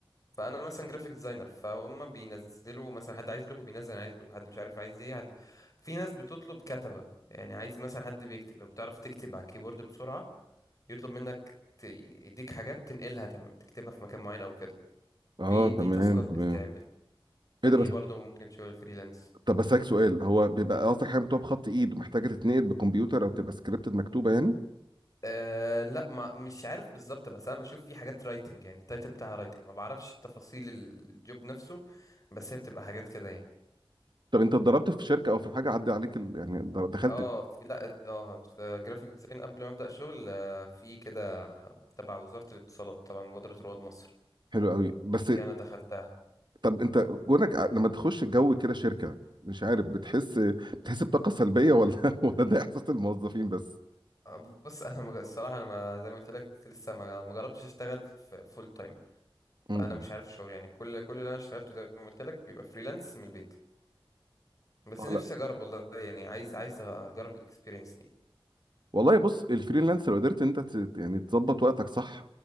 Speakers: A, on the left (about 40°); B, on the right (about 55°).
A: فانا مثلا جرافيك ديزاينر فهم بينزلوا مثلا حد عايز لوجو بينزل عايز لوجو حد مش عارف عايز ايه حد في ناس بتطلب كتبة يعني عايز مثلا حد بيكتب لو بتعرف تكتب على الكيبورد بسرعة يطلب منك ت- يديك حاجات تنقلها تم- تكتبها في مكان معين او كده
B: اه
A: في دي
B: تمام
A: تاسكات
B: تمام
A: بتتعمل فدي
B: ايه ده بس
A: برضو ممكن شغل فريلانس
B: طب بسألك سؤال هو بيبقى قصدك حاجه مكتوبه بخط ايد ومحتاجه تتنقل بكمبيوتر او تبقى سكريبتد مكتوبه يعني
A: أه لا ما مش عارف بالظبط بس انا بشوف في حاجات رايتنج يعني التايتل بتاعها رايتنج ما بعرفش تفاصيل الجوب نفسه بس هي بتبقى حاجات كده يعني
B: طب انت اتدربت في شركه او في حاجه عدى عليك ال... يعني در- دخلت
A: اه في لا اه في جرافيك ديزاين قبل ما ابدا شغل آه، في كده تبع وزاره الاتصالات طبعا مبادره رواد مصر
B: حلو قوي بس
A: دي انا دخلتها
B: طب انت جونك ع- لما تخش جو كده شركه مش عارف بتحس بتحس بطاقه سلبيه ولا <laughs> ولا ده احساس الموظفين بس
A: آه، بص انا مج- الصراحه انا ما زي ما قلت لك لسه ما ما جربتش اشتغل في فول تايم
B: امم
A: فانا مش عارف الشغل يعني كل كل اللي انا اشتغلته زي ما قلت لك بيبقى فريلانس من البيت بس
B: اه
A: نفسي
B: لا
A: اجرب والله يعني عايز عايز اجرب الاكسبيرينس دي
B: والله بص الفريلانس لو قدرت انت ت... يعني تظبط وقتك صح